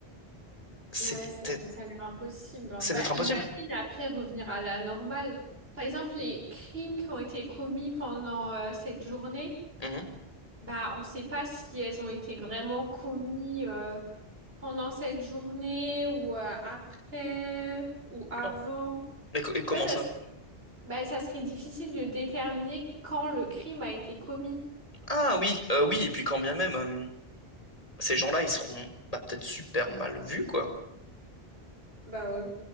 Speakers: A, on the left; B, on the right.
A: C'est
B: Ouais, ça,
A: peut-être...
B: ça a l'air impossible. hein.
A: C'est
B: Bah,
A: peut-être impossible.
B: imagine après revenir à la normale. Par exemple, les crimes qui ont été commis pendant euh, cette journée,
A: Mhm.
B: bah, on ne sait pas si elles ont été vraiment commis euh, pendant cette journée ou euh, après ou avant.
A: Ah, Mais co- et comment
B: Tu vois, ça
A: ça?
B: serait, bah, ça serait difficile de déterminer quand le crime a été commis.
A: Ah oui, euh, oui, et puis quand bien même, euh, ces gens-là, ils seront bah, peut-être super mal vus, quoi.
B: Bah ouais.